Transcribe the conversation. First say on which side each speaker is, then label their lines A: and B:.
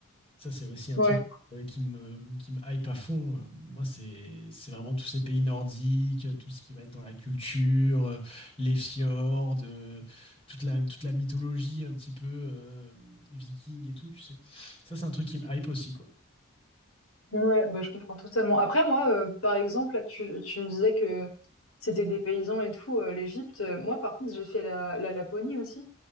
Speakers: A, on the left; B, on the left.
A: Ça c'est aussi un
B: fait
A: truc euh, qui me, qui me hype à fond. Euh, Moi c'est c'est vraiment tous ces pays nordiques, euh, tout ce qui va être dans la culture, euh, les fjords, euh, toute la, toute la mythologie un petit peu euh, viking et tout, tu sais. Ça c'est un truc qui me hype aussi, quoi.
B: Ouais, bah, je comprends totalement. Après, moi, heu, par exemple, là, tu tu me disais que c'était des paysans et tout, heu, l'Égypte. Heu, moi, par contre, j'ai fait la la Laponie aussi